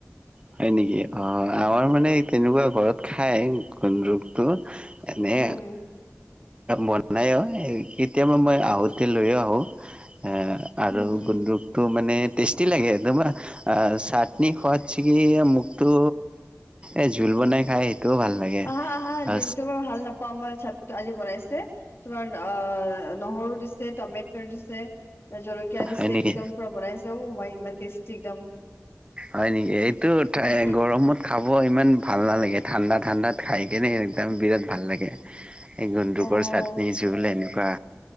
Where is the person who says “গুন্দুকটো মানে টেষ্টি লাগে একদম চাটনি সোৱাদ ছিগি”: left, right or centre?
Right